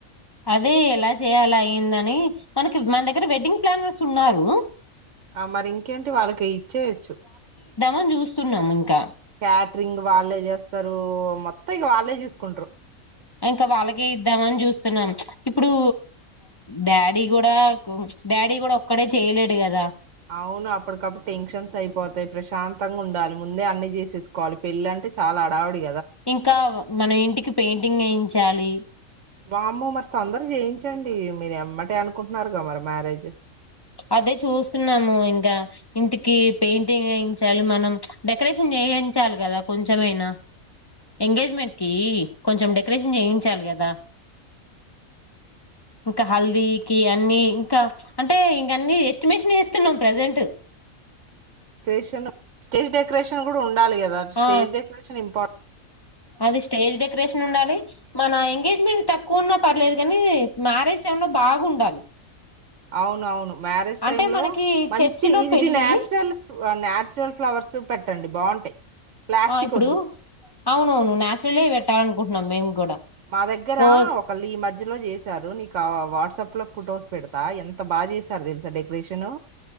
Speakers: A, on the left; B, on the right.
A: అదే ఎలా చేయాల అయ్యందని మనకి మన దగ్గర వెడ్డింగ్ ప్లానర్స్ ఉన్నారు
B: ఆ మరి ఇంకేంటి వాళ్ళకి ఇచ్చేయచ్చు
A: అని చూస్తున్నాము ఇంకా
B: క్యాటరింగ్ వాళ్ళే చేస్తారు మొత్తం ఇగ వాళ్ళే చూసుకుంటారు
A: ఇంకా వాళ్ళకే ఇద్దామని చూస్తున్నాం ఇప్పుడు డాడీ కూడా డాడీ కూడా ఒక్కడే చేయలేడు కదా
B: అవును అప్పటికప్పుడు టెన్షన్స్ అయిపోతాయి ప్రశాంతంగా ఉండాలి ముందే అన్ని చేసేసుకోవాలి పెళ్ళి అంటే చాలా అడావిడి
A: ఇంకా మన ఇంటికి పెయింటింగ్ వేయించాలి
B: బమ్మ మరి తొందర చేయించండి మీరు ఎమ్మటి అనుకుంటున్నారు కద మరి మ్యారేజ్
A: అదే చూస్తున్నాము ఇంకా ఇంటికి పెయింటింగ్ వయించాలి మనం డెకరేషన్ చేయించాలి కదా కొంచెమైనా ఎంగేజ్మెంట్ కి కొంచెం డెకరేషన్ చేయించాలి కదా ఇంకా హల్దీకి అన్ని ఇంకా అ అంటే ఇంక అన్ని ఎస్టిమేషన్ చేస్తున్నాం ప్రజెంట్
B: కేషన్ స్టేజ్ డకొరేషన్ ఉండాలి కదాటేజ్
A: ఆ
B: డెకరేషన్ ఇంపార్ట్
A: అది స్టేజ్ డెకరేషన్ ఉండాలి మన ఎంగేజ్మెంట్ తక్కువ ఉన్నా పర్లేదు కానీ మ్యారేజ్ టైమ్ లో బాగుండాలి
B: అవును అవును మ్యారేజ్
A: అంటే
B: టైమ్ లో
A: మనకి
B: మంచి
A: చర్చిలో
B: ఇది
A: పెళ్ళి
B: చురల్ న్చురల్ ఫ్లవర్స్ పెట్ట చట్టండి బాగుంటాయి ప్లాస్టిక్
A: ఆ ఇప్పుడు
B: వద్దు
A: అవునవును నాచురలే పెట్టాలనుక టునం మేము కూడా
B: మా దగ్గరా
A: రో
B: ఒకళ్ళు ఈ మధ్యలో చేశారు నీకు వాట్సాప్ ల ఫొటోస్ పెడతా ఎంత బాగా చేసారు తెలుసా డెకరేషన్